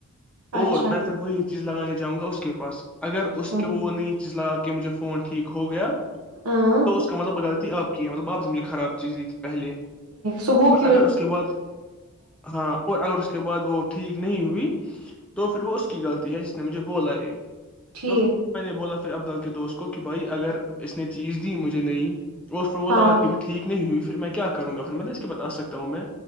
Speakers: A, on the right; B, in the centre.
A: اچھا
B: اور میں صرف وہی چیزگانے جاؤں گا اس کے پاس اگر اس
A: ہوں،
B: کے وہ نئی چیز لگا کے کہ مجھے فون ٹھیک ہو گیا
A: ہاں
B: تو اس کا مطلب غلطی اپ کی ہے مطلب اپ سمجھے خراب چیز دی تھی پہلے
A: صبح
B: اور
A: کی
B: اگر اس کے بعد ہاں اور اگر اس کے بعد وہ ٹھیک نہیں ہوئی تو پھر وہ اس کی غلط تی نے مجھے بولا ہے
A: ٹھیک
B: تو نے بولا ابدال کے دوست کو کہ بھائی اگر اس نے چیز دی مجھے نہیںئی تو پھر وہ
A: ہاں
B: لگا کہھی ٹیک نہیں ہوئی پھر میں کیا کروںا پھر میںب اس کے بد آکتا ہوں میں